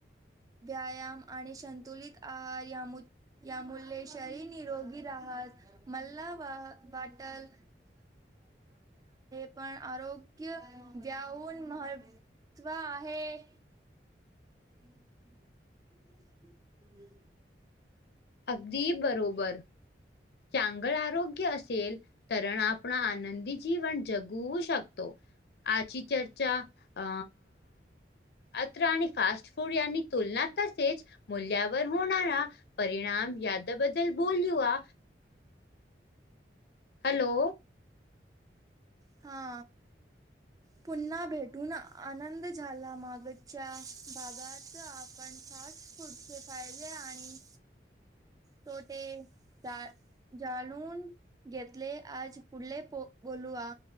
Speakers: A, on the right (about 20°); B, on the left (about 60°).
A: व्यायाम आणि संतुलित आहार यामु यामुळे शरीर निरोगी राहत मल्ला वा वाटल <unintelligible> आरोग्य याहून मह तव आहे. <unintelligible>
B: अगदी बरोबर. चांगळ आरोग्य असेल तर आपण आनंदी जीवन जगू शकतो. आजी चर्चा अ अत्र‌ आणि फास्ट फूड यांनी तुलना तसेेच मूल्यावर होणारा परिणाम याच्याबद्दल बोलू अ. हॅलो.
A: हा.
B: <inaudible>
A: पुन्हा भेटून आनंद झाला मागच्या भागात आपण फास्ट फ्रूट चे फायदे आणि तो ते जा जाणून घेतले आज पुढले प बोलू आ